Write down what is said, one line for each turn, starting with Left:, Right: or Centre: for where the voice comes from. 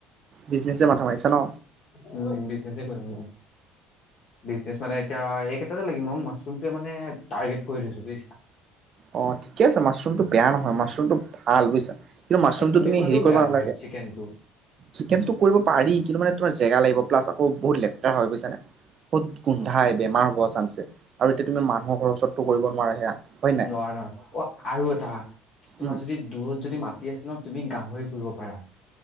Right: বিজনেছে মাথা মাৰিছা ন
Left: উম, বিজনেছেই কৰিম মই। বিজনেছ, মানে, এতিয়া এইকেইটাতে লাগিম। আৰু মাছৰুমোৱেই, মানে, টাৰ্গেট কৰি থৈছোঁ, বুজিছা।
Right: অ', ঠিকে আছে। মাছৰুমটো বেয়া নহয়। মাছৰুমটো ভাল, বুজিছা। কিন্তু মাছৰুমটো,
Left: আৰু
Right: তুমি,
Left: কোৱাটো
Right: হেৰি, কৰিব
Left: বেয়া
Right: নালাগে।
Left: নহয় চিকেনটো
Right: চিকেনটো কৰিব পাৰি, কিন্তু, মানে, তোমাৰ জেগা লাগিব, প্লাছ বহুত লেতেৰা হয়, বুজিছানে? বহুত গোন্ধায়।
Left: অ
Right: বেমাৰ হ'ব। পোৱা চান্স আছে। আৰু এতিয়া, তুমি মানুহৰ ঘৰৰ ওচৰতটো কৰিব নোৱাৰা। এয়া হয় নে?
Left: হয়-হয়। অ', আৰু এটা, তোমাৰ
Right: উম
Left: যদি দূৰত যদি মাটি আছে ন, তুমি গাহৰি পুহিব পাৰা